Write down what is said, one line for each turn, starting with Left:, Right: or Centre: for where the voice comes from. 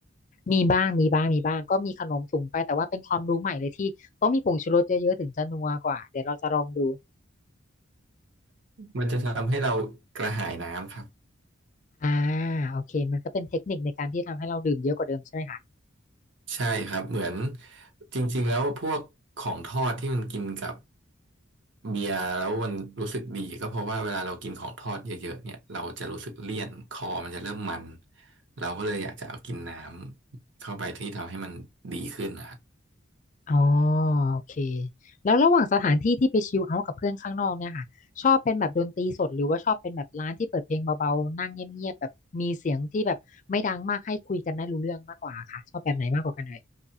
Left: มีบ้างมีบ้างมีบ้างก็มีขนมถุงไปแต่ว่าเป็นความรู้ใหม่เลยที่ต้องมีผงชูรสเยอะๆถึงจะนัวกว่าเดี๋ยวเราจะลองดู
Right: มันจะทำให้เรากระหายน้ำครับ
Left: อ่าโอเคมันก็เป็นเทคนิคในการที่ทำให้เราดื่มเยอะกว่าเดิมใช่ไหมคะ
Right: ใช่ครับเหมือนจริงๆแล้วพวกของทอดที่มันกินกับ เบียร์แล้วมันรู้สึกดีก็เพราะว่าเวลาเรากินของทอดเยอะๆเนี่ยเราจะรู้สึกเลี่ยนคอมันจะเริ่มมันเราก็เลยอยากจะเอากินน้ำเข้าไปที่ทำให้มันดีขึ้นนะ <laughs> ครับ
Left: อ๋อโอเคแล้วระหว่างสถานที่ที่ไปชิลเอาท์กับเพื่อนข้างนอกเนี่ยค่ะชอบเป็นแบบดนตรีสดหรือว่าชอบเป็นแบบร้านที่เปิดเพลงเบาๆนั่งเงียบๆแบบมีเสียงที่แบบไม่ดังมากให้คุยกันได้รู้เรื่องมากกว่าค่ะชอบแบบไหนมากกว่ากันเลย